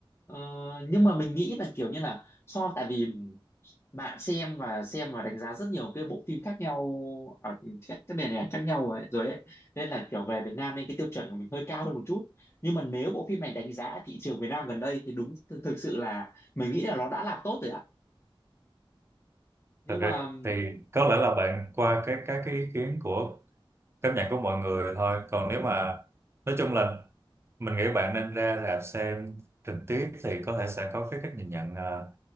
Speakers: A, on the left; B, on the right.
A: Ờ, nhưng mà mình nghĩ là kiểu như là so tại vì bạn xem và xem và đánh giá rất nhiều cái bộ phim khác nhau ở các các nền ảnh khác nhau ấy, rồi ấy nên là kiểu về Việt Nam nên cái tiêu chuẩn của mình hơi cao hơn một chút nhưng mà nếu bộ phim này đánh giá thị trường Việt Nam gần đây thì đúng thực, thực sự là mình nghĩ là nó đã làm tốt rồi ạ nhưng
B: thật ra
A: mà
B: thì có lẽ là bạn qua cái các cái ý kiến của cảm nhận của mọi người thôi còn nếu mà nói chung là mình nghĩ bạn nên ra rạp xem trực tiếp thì có thể sẽ có cái cách nhìn nhận ờ,